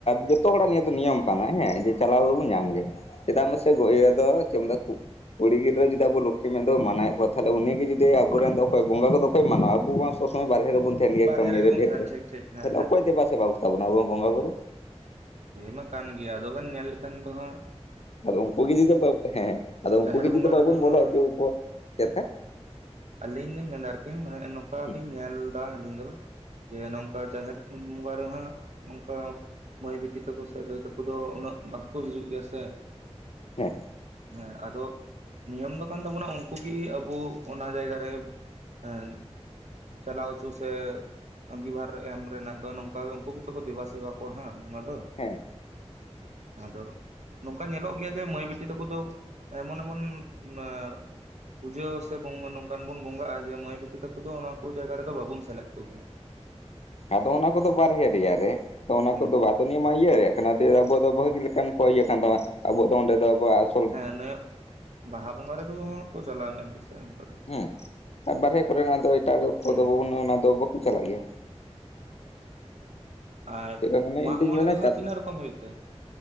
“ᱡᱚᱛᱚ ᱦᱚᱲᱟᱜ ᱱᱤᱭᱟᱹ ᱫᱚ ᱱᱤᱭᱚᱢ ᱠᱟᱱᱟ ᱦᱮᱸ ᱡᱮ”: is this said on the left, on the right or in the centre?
Left